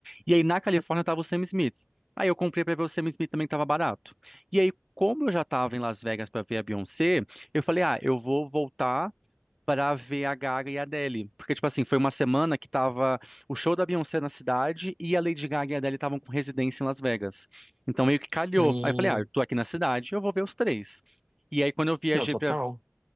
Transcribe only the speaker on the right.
Hum,
não, total.